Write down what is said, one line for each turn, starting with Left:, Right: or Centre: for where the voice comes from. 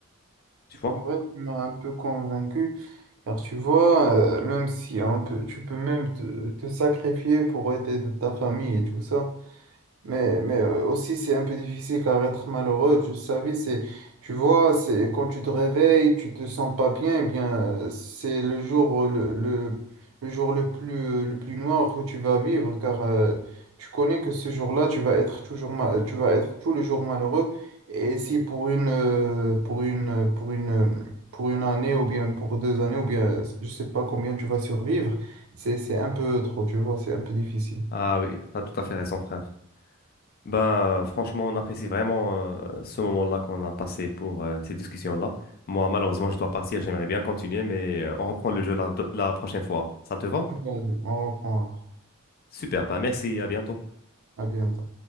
Left: tu vois?
Right: En vrai, tu m'as un peu convaincu. Car tu vois, euh, même si hein, peu- tu peux même te, te sacrifier pour aider ta famille et tout ça. Mais, mais euh, aussi, c'est un peu difficile car être malheureux, tu savais, c'est, tu vois, c'est quand tu te réveilles, tu te sens pas bien, eh bien, euh, c'est le jour, euh, le, le, le jour le plus, euh, le plus noir que tu vas vivre car euh, tu connais que ce jour-là, tu vas être toujours, ma- euh, tu vas être tout le jour malheureux. Et si pour une, euh, pour une, euh, pour une, euh, pour une année ou bien pour deux années ou bien, euh, je sais pas combien tu vas survivre, c'est, c'est un peu trop, tu vois, c'est un peu difficile.
Left: Ah oui, t'as tout à fait raison, frère. Ben, euh, franchement, on apprécie vraiment euh, ce moment-là qu'on a passé pour euh, ces discussions-là. Moi, malheureusement, je dois partir. J'aimerais bien continuer, mais euh, on reprend le jeu la, la prochaine fois. Ça te va?
Right: Ouais, On reprend. après.
Left: Super, ben merci, à bientôt.
Right: À bientôt.